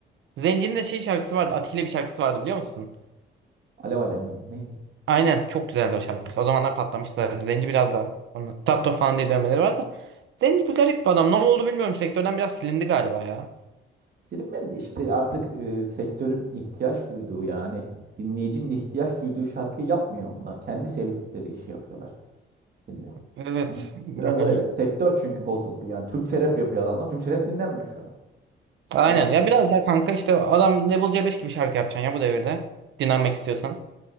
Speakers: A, on the right; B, on the right.
A: Zenci'nin de şey şarkısı vardı. Atilla bir şarkısı vardı biliyor musun?
B: Alev alev miydi neydi?
A: Aynen çok güzeldi o şarkı. mesela. O zamanlar patlamıştı zaten. Zenci biraz da onun Tatto falan diye dövmeleri var da. Zenci bir garip bir adam. Ne oldu bilmiyorum. Sektörden biraz silindi galiba ya.
B: Silinmedi de işte artık e, sektörün ihtiyaç duyduğu yani dinleyicinin ihtiyaç duyduğu şarkıyı yapmıyor onlar. Kendi sevdikleri işi yapıyorlar şimdi.
A: Evet.
B: Ha. Biraz
A: Yani.
B: öyle. Sektör çünkü bozuldu yani. Türkçe rap yapıyor adamlar. Türkçe rap dinlenmiyor şu an.
A: Aynen
B: Şu an
A: ya biraz daha kanka işte adam Level C5 gibi şarkı yapacaksın ya bu devirde. Dinlenmek istiyorsan.